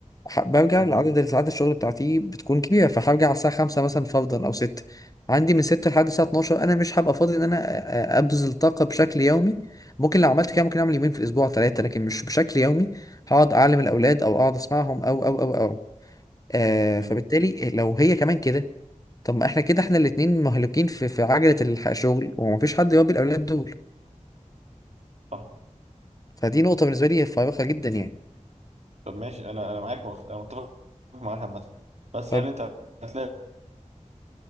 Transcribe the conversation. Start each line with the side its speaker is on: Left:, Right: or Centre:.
Left: ح- برجع
Right: امم
Left: لعدد ساعات الشغل بتاعتي بتكون كبيره فهرجع على الساعه 5 مثلا فرضا او 6 عندي من 6 لحد الساعه 12 انا مش هبقى فاضي ان انا آه، آه، ابذل طاقه بشكل يومي ممكن لو عملت كده ممكن اعمل يومين في الاسبوع ثلاثه لكن مش بشكل يومي هقعد اعلم الاولاد او اقعد اسمعهم او او او او آه
Right: امم
Left: فبالتالي لو هي كمان كده طب ما احنا كده احنا الاتنين مهلوكين في في عجلة الح- الشغل ومفيش حد يربي الاولاد دول
Right: صح
Left: فدي نقطة بالنسبة لي فارقة جدا يعني
Right: طب ماشي أنا أنا معاك مخ... أنا متفق معاك عامة بس
Left: حلو
Right: هل أنت هتلاقي